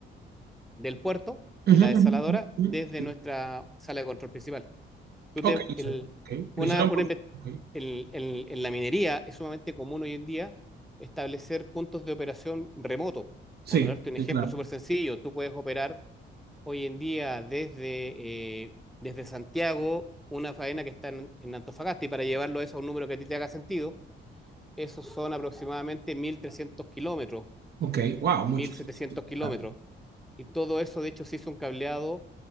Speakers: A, in the centre; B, on the right.
A: del puerto y
B: Ujú,
A: la desaladora
B: ujú, ujú,
A: desde
B: ujú.
A: nuestra sala de control principal. Tú te-
B: Ok,
A: el-
B: sí, ok.
A: una,
B: Lo hicieron
A: una
B: por...
A: inve-
B: ok.
A: el- el- en la minería es sumamente común hoy en día establecer puntos de operación remotos.
B: Sí,
A: Por darte un
B: sí,
A: ejemplo
B: claro.
A: súper sencillo, tú puedes operar hoy en día desde, eh, desde Santiago una faena que está en, en Antofagasta y para llevarlo eso a un número que a ti te haga sentido, esos son aproximadamente 1.300 kilómetros,
B: Ok, wow,
A: mil
B: mucho.
A: setecientos kilómetros.
B: Claro.
A: Y todo eso, de hecho, se hizo un cableado